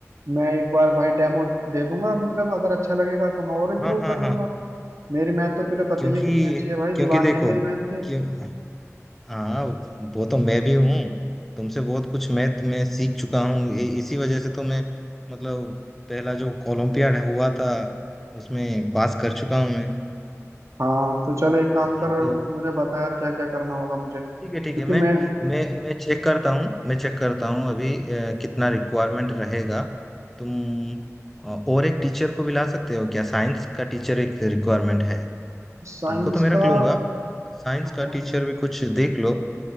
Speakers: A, on the right; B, in the centre.
A: मैं एक बार भाई डेमो दे दूंगा मतलब अगर अच्छा लगेगा तो मैं और इम्प्रूव
B: हाँ हाँ
A: कर
B: हाँ
A: लूंगा मेरी मैथ तो तुझे पता
B: क्योंकि
A: ही है कितनी अच्छी है भाई दीवाने
B: क्योंकि देखो
A: हैं मेरी मैथ के
B: क्यों हाँ वो तो मैं भी हूँ तुमसे बहुत कुछ मैथ में सीख चुका हूँ ये- इसी वजह से तो मैं मतलब पहला जो ओलंपियाड हुआ था उसमें पास कर चुका हूँ मैं
A: हाँ तो चल एक काम
B: अभी
A: कर
B: तो
A: मुझे बता यार क्या क्या करना होगा मुझे क्योंकि
B: ठीक है ठीक है मैं
A: मैं
B: मैं मैं चेक करता हूँ मैं चेक करता हूँ अभी अ, कितना रिक्वायरमेंट रहेगा तुम अ, और एक टीचर को भी ला सकते हो क्या साइंस का टीचर एक रिक्वायरमेंट है
A: साइंस
B: तुमको तो मैं रख
A: का
B: लूंगा साइंस
A: हाँ,
B: का टीचर भी कुछ देख लो